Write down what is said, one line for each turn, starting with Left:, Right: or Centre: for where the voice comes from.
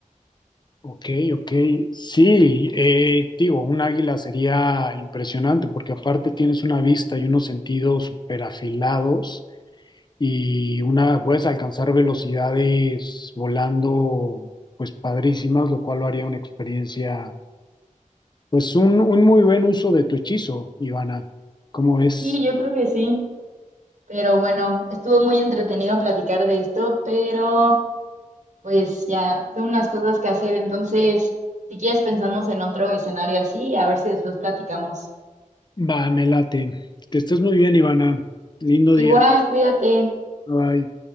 Left: Ok, ok. Sí, eh, digo, un águila sería impresionante porque aparte tienes una vista y unos sentidos súper afilados y una, puedes alcanzar velocidades volando, pues padrísimas, lo cual lo haría una experiencia, pues un, un muy buen uso de tu hechizo, Ivana. ¿Cómo ves?
Right: Sí, yo creo que sí. Pero bueno, estuvo muy entretenido platicar de esto, pero pues ya tengo unas cosas que hacer. Entonces, si quieres, pensamos en otro escenario así, a ver si después platicamos.
Left: Va, me late. Que estés muy bien, Ivana. Lindo día.
Right: Igual, cuídate.
Left: Bye.